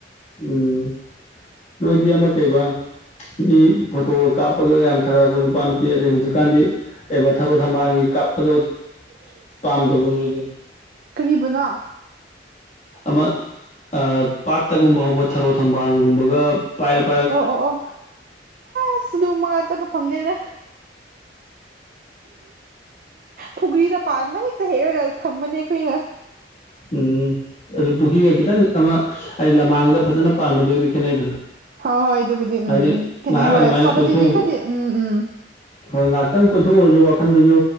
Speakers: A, on the left; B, on the right.
A: ꯎꯝ ꯅꯣꯏꯗꯤ ꯑꯃ ꯀꯩꯕ ꯃꯤ ꯐꯣꯇꯣ ꯀꯥꯞꯄꯒ ꯌꯥꯝ ꯊꯥꯒꯠꯂꯛꯄ ꯅꯨꯄꯥ ꯅꯨꯄꯤ ꯑꯗꯩ ꯍꯧꯖꯤꯛꯀꯥꯟꯗꯤ ꯀꯩ ꯊꯔꯣ ꯊꯝꯕꯥꯜꯒꯤ ꯀꯥꯞꯄꯗꯣ
B: ꯎ
A: ꯄꯥꯝꯗꯕꯔꯣ ꯅꯣꯏꯗꯤ
B: ꯀꯔꯤꯕꯨꯅꯣ
A: ꯑꯃ ꯑ ꯄꯥꯠꯇꯒꯨꯝꯕ ꯍꯧꯕ ꯊꯔꯣ ꯊꯝꯕꯥꯜꯒꯨꯝꯕꯒ ꯄꯥꯏꯔꯞ
B: ꯑꯣ ꯑꯣ ꯑꯣ ꯑꯁ ꯅꯣꯡ ꯃꯉꯥ ꯆꯠꯄ ꯐꯪꯗꯦꯗ ꯐꯨꯒ꯭ꯔꯤꯗ ꯄꯥꯟꯕ ꯍꯦꯛꯇ ꯍꯦꯛꯂꯒ ꯊꯝꯕꯅꯦ ꯑꯩꯈꯣꯏꯅ
A: ꯎꯝ ꯑꯗꯨ ꯄꯨꯈ꯭ꯔꯤꯒ ꯈꯤꯇꯪ ꯑꯃ ꯑꯩꯗꯤ ꯂꯃꯥꯡꯗ ꯐꯖꯅ ꯄꯥꯟꯕꯗꯨꯒꯗꯤ ꯈꯦꯠꯅꯩꯗꯅ
B: ꯍꯣꯏ ꯍꯣꯏ ꯑꯗꯨꯕꯨꯗꯤ ꯎꯝ
A: ꯍꯥꯏꯗꯤ
B: ꯈꯦꯅꯩ
A: ꯉꯥꯏꯍꯥꯛ
B: ꯍꯣꯏ
A: ꯑꯗꯨꯃꯥꯏꯅ
B: ꯐꯕꯗꯨꯗꯤ
A: ꯀꯣꯏꯊꯣꯛꯎꯕ
B: ꯈꯔꯗꯤ ꯎꯝ ꯎꯝ
A: ꯍꯣꯏ ꯉꯥꯏꯍꯥꯛꯇꯪ ꯀꯣꯏꯊꯣꯛꯎꯔꯁꯨ ꯋꯥꯈꯟꯗꯨꯁꯨ